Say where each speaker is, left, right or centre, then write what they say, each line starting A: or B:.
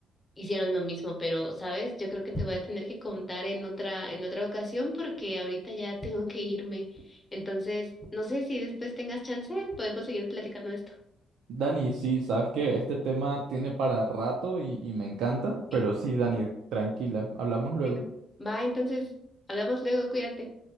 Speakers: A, on the left; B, on the right.
A: hicieron lo mismo, pero, ¿sabes? Yo creo que te voy a tener que contar en otra, en otra ocasión porque ahorita ya tengo que irme. Entonces, no sé si después tengas chance, podemos seguir platicando de esto.
B: Dani, sí, sabes que este tema tiene para rato y, y me encanta,
A: Sí,
B: pero sí, Dani, tranquila, hablamos luego.
A: bueno, Va, entonces, hablamos luego, cuídate.